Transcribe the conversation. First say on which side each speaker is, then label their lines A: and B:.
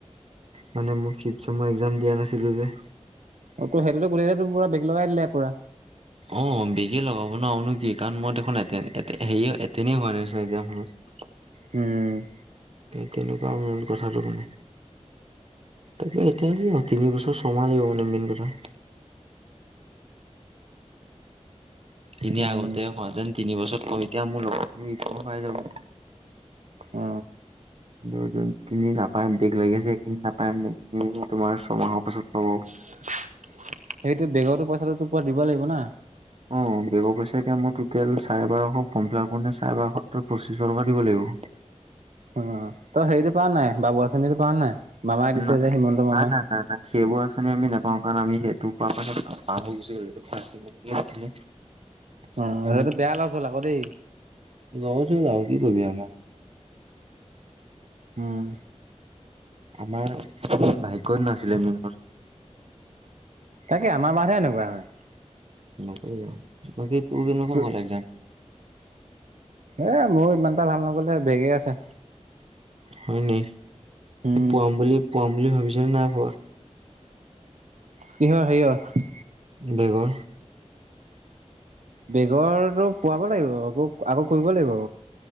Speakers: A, on the right (about 55°); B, on the right (about 80°).
A: মানে মোক িচ মই একজাম দিয়া নাছিলো যে
B: অ ত সেহতেতো কোলেটো পুৰা বেগ লগাই দিলে পুৰা
A: অ বেগে লগাব নোৱাৰোনো কি কাৰণ মই দেখোন এতে-এতে-হেৰি-এত তেনেই হোৱা নাই চাগে এ হময় তে
B: উম,
A: এই তেনেকুৱা মূল কথাটো মানে। তাকে এতিয়া তিনিবছৰ ছময় লাগিব মানে মেইন কথা। এনে
B: উম
A: আগতে হোৱাতেন তিনি বছৰত কম এতিয়া মোৰ লগৰখিনি প-পাই যাব।
B: অ।
A: যোনখিনি নাপায় বেগ লাগিছে সেইখিনি নাপাই মানে তোমাৰ ছমাহৰ পাছত
B: <inaudible>
A: পাব।
B: সেইটো বেগৰতো পইচাটো তোৰপৰা দিব লাগিব না।
A: অ', বেগৰ পইচাে এতিয়া মই টুটেল চাৰে বাৰশ ফৰ্ম ফিলাপ কৰোঁতে চাৰে বাৰসত্তৰ পঁচিশ টকা দিব লাগিব।
B: উ, তই হেৰিটো পোৱা নাই বাবু আচনিটো পাওঁ নে নাই? মামাই দিছে
A: ন,
B: যে হিমন্ত মামাই
A: না না না সেইবোৰ আঁচনি আমি নাপ অ, কাৰণে আমি সেইটো পা মানে পাহ গুচি আহিলোঁ <unintelligible>
B: অ
A: আমি,
B: সেইটো বেয়া লছ হ'ল আকৌ দেই
A: ৰচোন আৰু কি কৰিবি আমাৰ।
B: উম,
A: আমাৰ ভাগ্যত নাছিলে মোৰ ম
B: তাকে আমাৰ বাৰহে এনেকুৱা হয়।
A: <unintelligible>
B: ত,
A: গ'ল এক্সাম
B: এ মোৰ ইমান এটা ভাল নগলে, বেগে আছে।
A: হয়নি,
B: উম
A: পোৱাম বুলি পোৱাম বুলি ভাবিছ নে নাই ভবা?
B: কিহৰ হেৰিহৰ।
A: বেগৰ।
B: বেগৰটো পোৱাব লাগিব আকৌ-আকৌ কৰিব লাগিব।